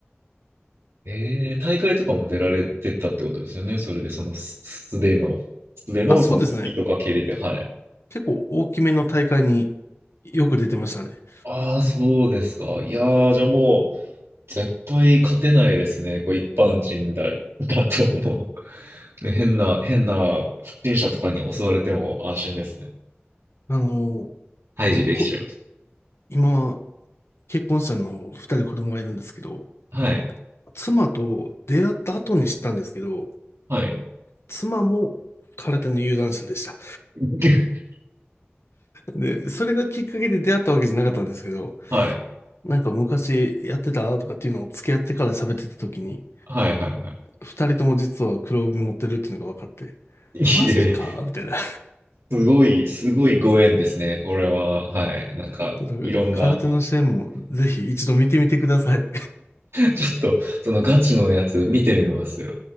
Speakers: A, on the right; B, on the left.
A: えー、大会とかも出られてたってことですよね。それで、そのす素手の、素手のその突きとか蹴りで、
B: あ、そうですね。
A: はい。
B: 結構大きめの大会によく出てましたね。
A: ああ、そうですか。いやー、じゃあもう、絶対勝てないですね。こう一般人だ、だと思う。ね変な、変な不審者とかに襲われても安心ですね。
B: あの、
A: 退治できちゃいます。
B: こ、今、結婚したの二人子供がいるんですけど、
A: はい。
B: 妻と出会った後に知ったんですけど、
A: はい。
B: 妻も空手の有段者でした。
A: <laughs>
B: で、それがきっかけで出会ったわけじゃなかったんですけど、
A: はい。
B: なんか昔やってたとかっていうのを付き合ってから喋ってた時に、
A: はい。はい。は
B: 二人とも実は黒帯持ってるっていうのが分かって、
A: い。
B: マジかみたいな。
A: いえ、すごい、すごいご縁ですね。これは、はい。なんか、
B: <laughs>
A: いろんな、
B: 空手の試合もぜひ一度見てみてください。
A: ちょっと、そのガチのやつ見てみますよ。